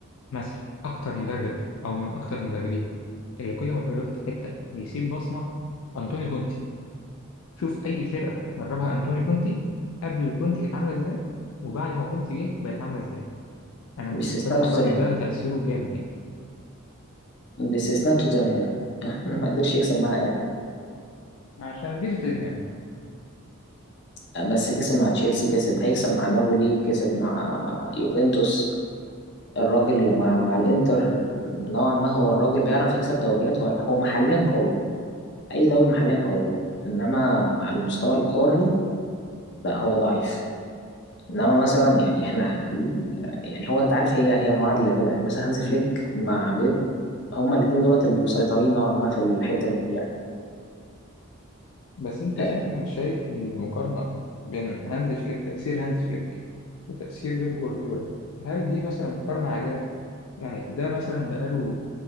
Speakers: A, on the left; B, on the left.
A: ماسك أكتر مدرب أو من أكتر المدربين اللي كل ما بيروح في حتة بيسيب بصمة أنطوني كونتي شوف أي فرقة دربها أنطوني كونتي قبل كونتي كانت عاملة إزاي وبعد ما كونتي جه بقت عاملة إزاي أنا بشوف
B: باستثناء
A: الصراحة
B: توتنهام
A: الراجل ده تأثيره جامد يعني
B: باستثناء توتنهام <laughs> ما قدرش يكسب معاه أي حاجة
A: عشان دي توتنهام
B: آه، بس كسب مع تشيلسي كسب هيكسب مع نابولي كسب مع يوفنتوس الراجل مع مع الإنتر نوعا ما هو الراجل بيعرف يكسب دوريات هو هو محليا قوي اي دوري محليا قوي انما على المستوى القاري لا هو ضعيف انما مثلا يعني احنا يعني هو انت عارف هي هي معادله كده يعني مثلا هانز فليك مع بيب هما الاثنين دولت اللي مسيطرين نوعا ما في الحته دي
A: بس أنت
B: يعني
A: فعلا شايف إن المقارنة بين هانز فليك تأثير هانز فليك وتأثير بيب جوارديولا هل دي مثلا مقارنة عادلة؟ يعني ده مثلا بقاله